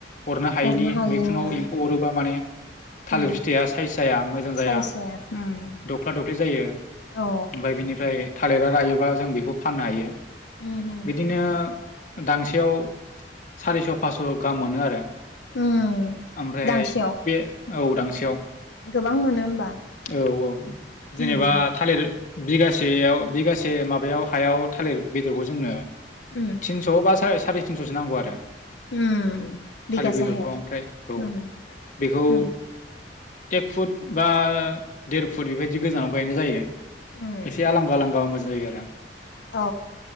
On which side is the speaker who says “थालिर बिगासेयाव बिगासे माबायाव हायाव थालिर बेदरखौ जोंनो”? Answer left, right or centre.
Left